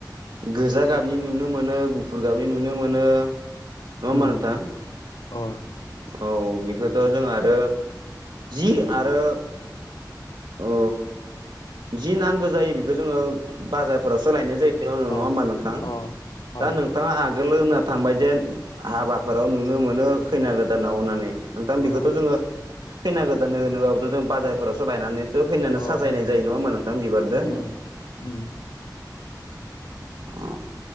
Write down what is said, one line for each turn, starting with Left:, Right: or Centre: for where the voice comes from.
Right: गोजा गाबनि नुनो मोनो गुफुर गाबनि नुनो मोनो। नङा होमबा
Left: उम
Right: नोंथां?
Left: अ
Right: औ। गोदोथ' जों आरो जि आरो अ जि नांगो जायो बेखौ जोङो बाजारफोरावसो लायनाय जायो। नङा
Left: अ
Right: होमबा नोंथां?
Left: अ हय
Right: दा नोंथाङा आगोलो होनना थांबाय जेन हाबाफोराव नुनो मोनो खैना गोदानाव
Left: अ
Right: होननानै, नोंथां बेखौथ'
Left: अ
Right: जों जोंङो खैना गोदाननो होनोबाबोथ' जों बाजारफोरावसो लायनानै फैनानै
Left: अ
Right: साजायनाय
Left: हय
Right: जायो नङा होमा नोंथां बिबारदो।
Left: उम उम।
Right: अ